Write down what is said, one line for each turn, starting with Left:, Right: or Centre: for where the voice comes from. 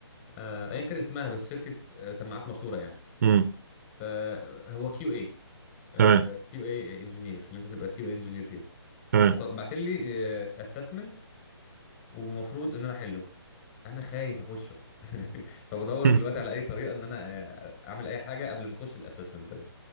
Left: آه ايا كان اسمها بس شركه آه سماعات مشهوره يعني
Right: امم
Left: فهو كيو اي
Right: تمام
Left: كيو اي انجينير اللي انت تبقى كيو اي انجينير فيها
Right: تمام
Left: فبعت لي اسسمنت ومفروض ان انا احله انا خايف اخشه <laughs> فبدور
Right: <laughs>
Left: دلوقتي على اي طريقه ان انا آه، اعمل اي حاجه قبل ما اخش الاسسمنت ده